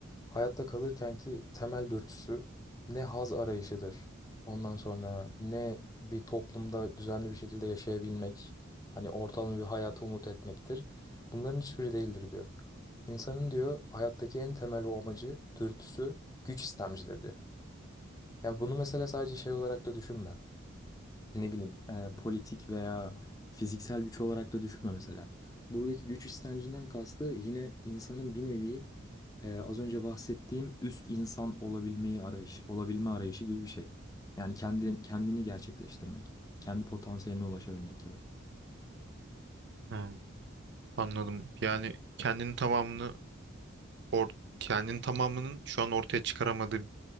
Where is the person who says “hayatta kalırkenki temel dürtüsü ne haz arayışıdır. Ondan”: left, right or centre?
Left